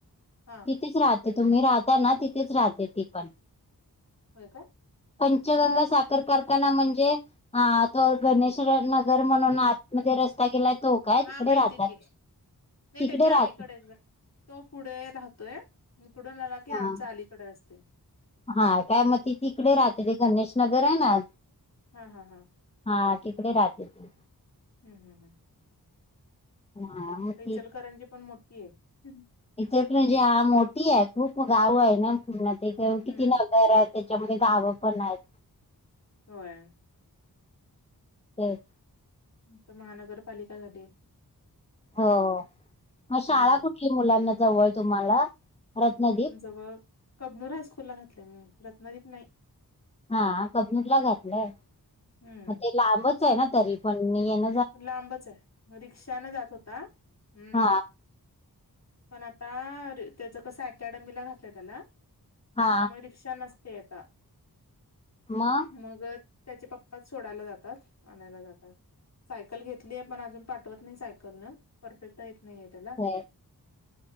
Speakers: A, on the left; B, on the left.
A: हा
B: तिथेच राहते तुम्ही राहता ना तिथेच राहते ती पण.
A: हो काय
B: पंचगंगा साखर कारखाना म्हणजे. हा तो गणेश नगर म्हणून आतमध्ये रस्ता गेलाय. तो काय
A: हा
B: तिकडे
A: माहिती
B: राहतात
A: की. नाही
B: तिकडे
A: त्याच्या
B: राहत
A: अलीकडे ज- तो पुढे राहतोय इकडून आला की आमच्या
B: हा
A: अलीकडे असते.
B: हा काय मग ती तिकडे राहते ते गणेश नगर आहे ना.
A: हा हा हां
B: हा तिकडे राहते ती.
A: हम्म हम्म
B: हा मग
A: आता इचलकरंजी
B: ती
A: पण मोठी आहे.
B: इचलकरंजी हा मोठी आहे. खूप गाव आहे ना पूर्ण ते
A: हम्म
B: किती न आहे त्याच्यामध्ये गाव पण आहेत.
A: होय.
B: तेच.
A: इथं महानगरपालिका झाली.
B: हो, मग शाळा
A: हम्म
B: कुठली मुलांना जवळ तुम्हाला? रत्नदीप
A: जवळ कबनूर हायस्कूल ला घातलंय मी रत्नादीप नाही.
B: हा कबनूरला घातलंय.
A: हम्म
B: मग ते लांबच आहे ना तरी पण ने येन
A: लांबच आहे रिक्षाने जात होता. हम्म.
B: हा
A: पण आता त्याच कस ऍकडमीला घातलं त्याला त्यामुळे.
B: हा
A: रीक्षा नसते आता.
B: मगं.
A: मग त्याचे पप्पाच सोडायला जातात आणायला जातात. सायकल घेतली आहे पण अजून पाठवत नाही सायकल न परफेक्ट येत नाही आहे त्याला.
B: ते